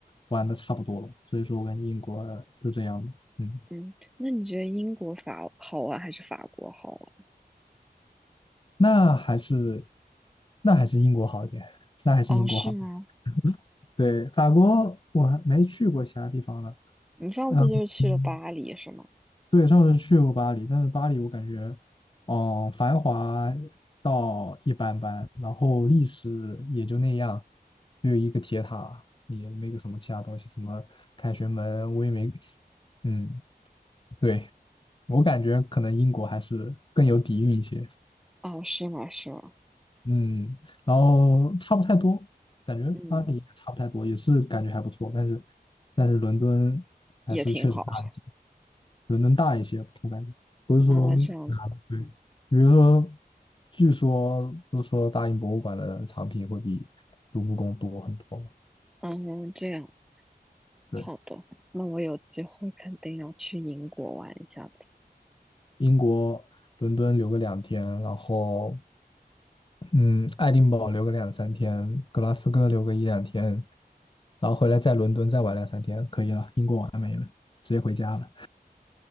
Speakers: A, on the left; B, in the centre.
A: 玩的差不多了，所以说我感觉英国就这样了，嗯，
B: 嗯，那你觉得英国法好玩还是法国好玩？
A: 那还是那还是英国好一点，那还是英国好一点。
B: 哦，是吗？
A: 对，法国我还没去过其他地方呢，
B: 你上次就是去了巴黎是吗？
A: 嗯嗯。对，上次去过巴黎，但是巴黎我感觉，嗯，繁华到一般般，然后历史也就那样，就一个铁塔，也没个什么其他东西，什么凯旋门我也没，嗯，对，我感觉可能英国还是更有底蕴一些。
B: 哦，是吗？是吗？
A: 嗯，然后差不太多，感觉巴黎也差不太多，
B: 嗯，
A: 也是感觉还不错，但是但是伦敦还是确实大一些，
B: 也挺好。
A: 伦敦大一些，我感觉不是说大的对，
B: 啊，这样子，
A: 比如说，据说都说大英博物馆的藏品会比卢浮宫多很多嘛，
B: 嗯，这样，
A: 对，
B: 好的，那我有机会肯定要去英国玩一下的，
A: 英国伦敦留个两天，然后嗯，爱丁堡留个两三天，格拉斯哥留个一两天，然后回来在伦敦再玩两三天，可以了，英国完美了，直接回家了，